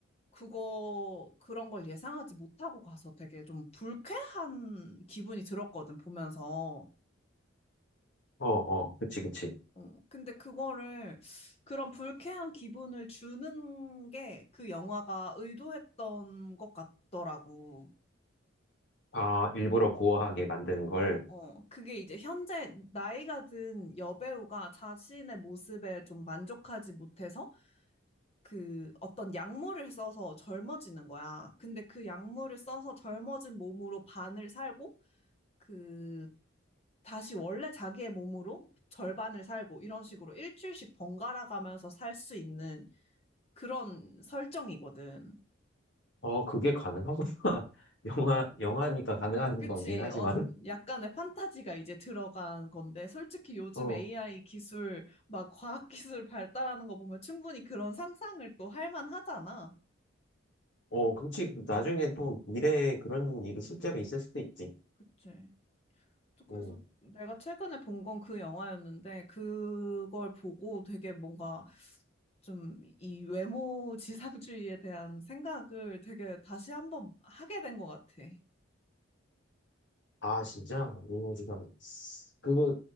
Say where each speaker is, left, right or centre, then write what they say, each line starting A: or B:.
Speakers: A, on the left; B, on the left.
A: 그거 그런 걸 예상하지 못하고 가서 되게 좀 불쾌한 기분이 들었거든 보면서.
B: 어, 어, 그치, 그치.
A: 어, 근데 그거를 그런 불쾌한 기분을 주는 게 그 영화가 의도했던 것 같더라고.
B: 아, 일부러 고어하게 만드는 걸.
A: 어, 어. 그게 이제 현재 나이가 든 여배우가 자신의 모습에 좀 만족하지 못해서 그 어떤 약물을 써서 젊어지는 거야. 근데 그 약물을 써서 젊어진 몸으로 반을 살고 그 다시 원래 자기의 몸으로 절반을 살고 이런 식으로 일주일씩 번갈아 가면서 살 수 있는 그런 설정이거든.
B: 어, 그게 가능하구나. <laughs> 영화, 영화니까 가능한
A: 그치.
B: 거긴 하지만.
A: 어, 약간의 판타지가 이제 들어간 건데, 솔직히 요즘
B: 어,
A: AI 기술, 막 과학 기술 발달하는 거 보면 충분히 그런 상상을 또 할 만하잖아.
B: 어,
A: 그래서,
B: 그렇지. 나중에
A: 음,
B: 또 미래에 그런 일이 실제로 있을 수도 있지.
A: 그치. 또 그래서
B: 응
A: 내가 최근에 본 건 그 영화였는데, 그걸 보고 되게 뭔가 좀 이 외모 지상주의에 대한 생각을 되게 다시 한번 하게 된 것 같아.
B: 아, 진짜? 미모지상. 그거,